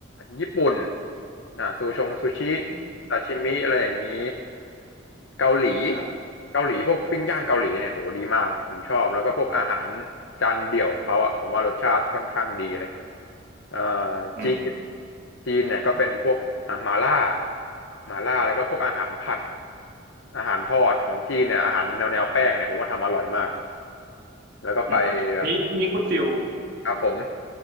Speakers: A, on the left (about 65°); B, on the right (about 50°).
A: ญี่ปุ่นอ่าซูชงซูชิ
B: อืม
A: ซาชิมิอะไรอย่างนี้เกาหลี
B: ครับ
A: เกาหลีพวกปิ้งย่างเกาหลีเนี่ยโหดีมากผมชอบแล้วก็พวกอาหารจานเดี่ยวของเขาอ่ะผมว่ารสชาติค่อนข้างดีเลยเอ่อ
B: อืม
A: จีนจีนเนี่ยก็เป็นพวกอ่ามาล่ามาล่าแล้วก็พวกอาหารผัด อาหารทอดของจีนเนี่ยอาหารแนวแนวแป้งเนี่ยผมว่าทำอร่อยมากแล้วก็ไปครับ
B: อืมนี้นี้คุณฟิล
A: แบบครับผม